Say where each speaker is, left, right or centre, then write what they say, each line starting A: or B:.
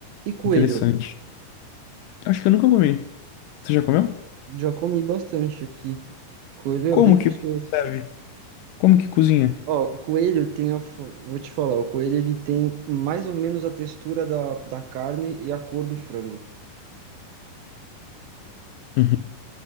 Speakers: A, on the right; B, on the left.
A: E coelho?
B: interessante. Acho que eu nunca comi. Você já comeu?
A: Já comi bastante aqui. Coelho
B: Como
A: é bem
B: que
A: gostoso.
B: serve? Como que cozinha?
A: Ó, o coelho tem a... f- Vou te falar, o coelho ele tem mais ou menos a textura da, da carne e a cor do frango.
B: Uhum.